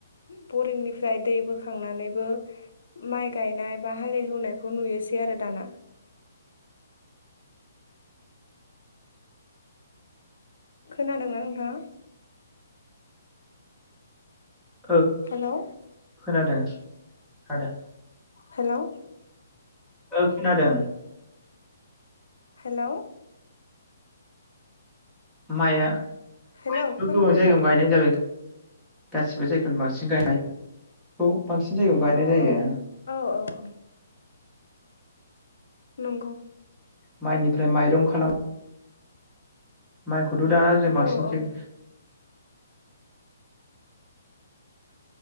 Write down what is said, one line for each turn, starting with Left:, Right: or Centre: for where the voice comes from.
Left: बरिंनिफ्राय दै बोखांनानैबो माइ गायनाय बा हालेवहोनायखौ नुयोसै आरो दाना खोनादोंना नोंथाङा
Centre: औ
Left: हेलौ
Centre: खोनादों खोनादों।
Left: हेलौ
Centre: ओ खोनादों
Left: हेलौ
Centre: माया
Left: हेलौ
Centre: माइखौथ
Left: खोनाफैला
Centre: गोबां जायगायाव गायनाय जागोन गासिबो जायगायावनो बांसिन गायनायखौ बांसिन जायगायावनो गायनाय
Left: औ
Centre: जायो।
Left: औ औ औ औ नंगौ।
Centre: माइनिफ्राय माइरं खालाम मो खौथ दा जों बांसिन
Left: औ औ
Centre: थे